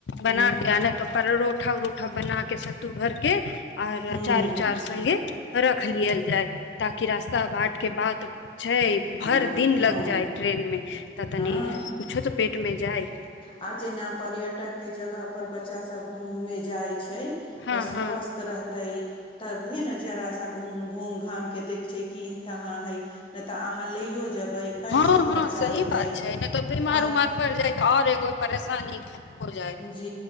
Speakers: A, on the left (about 30°); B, on the left (about 80°).
A: ह
B: बनााके आन तऽ परोठा उरोठा बनाके सत्तू भरिके आओर
A: ह ह
B: अचार उचार संगे ख लियल जाय ताकि रास्ता बाट के बाद छै
A: हँ
B: भइर दिन
A: हँ
B: लग जाइ ट्रेनमे तऽ तनि
A: हँ
B: कुछो तऽ पेटमे जाइ
A: आ जेना पर्यटक के जगह पर बच्चा सब घूमे जाय छै
B: हँ
A: तऽ स्वस्थ
B: हँ
A: रह ते तभीे ने जड़ सा घूम घूम घाम के देख छै कि कहाँ है नइ तऽ अहाँ लैयो जेबै पैसो
B: हँ
A: खर्चा
B: हँ सही
A: होतै
B: बात छै ने तऽ बीमार
A: आओर
B: उमार पड़ जाय छै ओर एगो परेशानी हो जा
A: जी